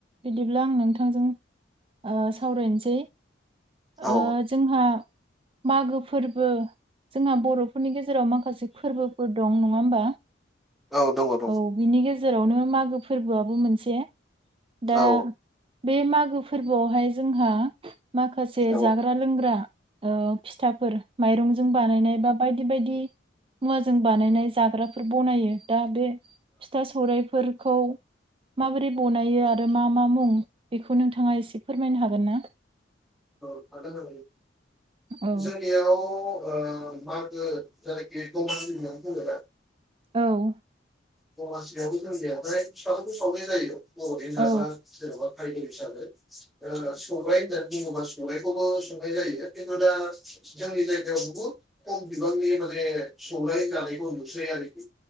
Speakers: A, on the right; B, in the centre.
A: बिदिब्ला आं नोंथांजों सावरायनोसै
B: औ
A: ओ जोंहा मागो फोरबो जोंहा बर'फोरनि गेजेराव माखासे फोरबोफोर दं नङा होमबा
B: औ दङ दङ
A: औ बिनि गेजेरावनो मागो फोरबोआबो मोनसे दा
B: औ
A: बे मागो फोरबोआवहाय जोंहा माखासे
B: औ
A: जा
B: औ
A: ग्रा लोंग्रा ओ फिथाफोर माइरंजों बानायनाय बा बायदि बायदि मुवाजों बानायनाय जाग्राफोर बनायो दा बे फिथा सौरायाइफोरखौ माबोरै बनायो आरो मा मा मुं बेखौ नोंथाङा एसे फोरमायनो हागोनना।
B: औ हागोन हागोन
A: औ
B: जोंनि बेलायाव ओ मागो जायखि दमासि होननानै बुंङोना
A: औ
B: दमासियाबो जोंनियाव हाय फिथाखौ सावनाय जायो बर'नि जाग्रा
A: औ
B: जेनेबा खायद हिसाबै सबाय होननानै बुङोबा सबायखौबो संनाय जायो, खिन्थु दा जोंनि जायगायाव बुहुद खम बिबांनि माने संलाय जानायखौ नुसै आरोखि।